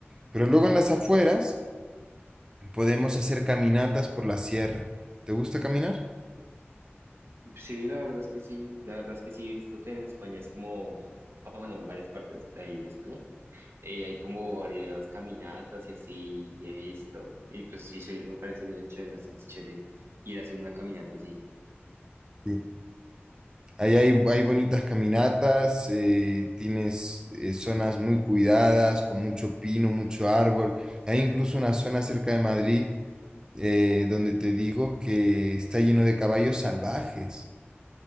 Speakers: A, on the right; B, on the right.
A: Pero luego en las afueras podemos hacer caminatas por la sierra. ¿Te gusta caminar?
B: Sí, la verdad es que sí, la verdad es que sí, he visto que en España es como, ah, bueno, en varias partes de ahí de España eh, hay como varias caminatas y así, y he visto, y pues sí, se- me parecería chévere, bastante chévere ir a hacer una caminata así,
A: Sí. Ahí hay, hay bonitas caminatas, eh, tienes eh, zonas muy cuidadas, con mucho pino, mucho árbol. Hay incluso una zona cerca de Madrid eh, donde te digo que está lleno de caballos salvajes.